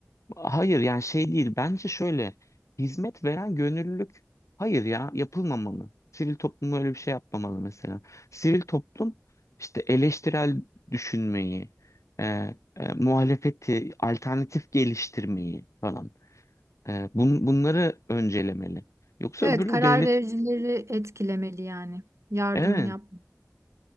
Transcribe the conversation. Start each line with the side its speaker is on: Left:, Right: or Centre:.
Left: hayır yani şey değil bence şöyle hizmet veren gönüllülük hayır ya yapılmamalı. Sivil toplum öyle bir şey yapmamalı mesela. Sivil toplum işte eleştirel düşünmeyi, e, e, muhalefeti, alternatif geliştirmeyi falan e, bun- bunları öncelemeli. Yoksa
Right: Evet,
Left: öbürü
Right: karar
Left: devlet
Right: vericileri etkilemeli yani. Yardım
Left: evet
Right: yap.